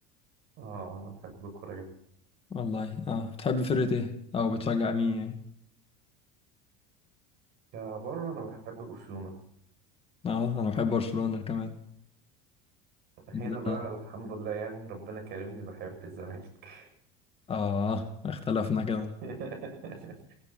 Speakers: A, on the right; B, on the left.
A: اه انا بحب الكورة جدا
B: والله اه بتحب فرقة ايه؟ او بتشجع مين يعني؟
A: يا بره انا بحب برشلونة
B: اه انا بحب برشلونة كمان
A: هنا
B: ده-
A: بقى الحمد لله يعني ربنا كرمني بحب الزمالك
B: اه اختلفنا كده
A: <laughs>